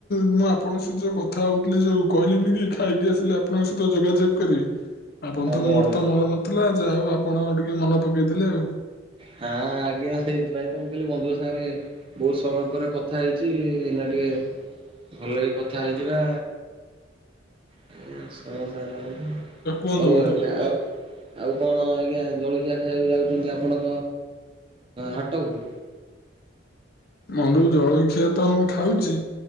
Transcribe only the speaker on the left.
ମୁଁ ଆପଣଙ୍କ ସହିତ କଥା ହଉଥିଲି, ଯୋଉ କହିଲିିନି କି ଖାଇକି ଆସିଲି। ଆପଣଙ୍କ ସହିତ ଯୋଗା ଯୋଗ କରିବି। ଆଁ ବନ୍ଧୁ
ମୋର
ତ ମନ ନଥିଲା, ଯାହା ହଉ ଆଉ ଆପଣ ଟିକେ ମନେ ପକେଇ ଦେଲେ ଆଉ।
କୁହନ୍ତୁ
ବନ୍ଧୁ।
ବନ୍ଧୁ ଜଳଖିଆ ତ ମୁଁ ଖାଉଛି